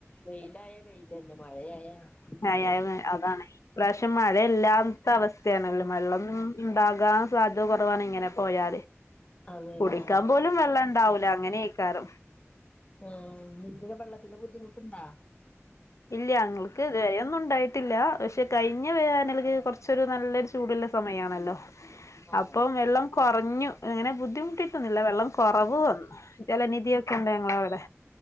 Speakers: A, on the left; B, on the left.
A: വെയിലായ വെയില് തന്നെ മഴയായ
B: മയയാ
A: മഴ
B: അതാണ് ഇപ്രാവശ്യ മഴ എല്ലാം ല്ലാത്തവസ്ഥയാണല്ല
A: മഴ
B: വെള്ളം ഉണ്ടാകാൻ സാധ്യത കൊറവാണ് ഇങ്ങനെ പോയാല്
A: അതന്നെ
B: കുടിക്കാൻ പോലും വെള്ളഇണ്ടാവൂല അങ്ങനെയിക്കാരം
A: ആഹ് നിൻക്കെക്കെ വെള്ളത്തിന്റെ ബുദ്ധിമുട്ടുണ്ടോ
B: ഇല്ല ങ്ങൾക്ക് ഇരുവരയൊന്നും ഉണ്ടായിട്ടില്ല പക്ഷെ കഴിഞ്ഞ വേനല്ക്ക് കൊറച്ചരു നല്ലൊരു ചൂടുല്ലെ സമയയാണല്ലോ
A: ഓഹ്
B: അപ്പം വെള്ളം കൊറഞ്ഞു അങ്ങനെ ബുദ്ധിമുട്ടിട്ടൊന്നില്ല വെള്ളം കൊറവ് വന്നു ജലനിധിയൊക്കെണ്ട് ഞങ്ങള വിടെ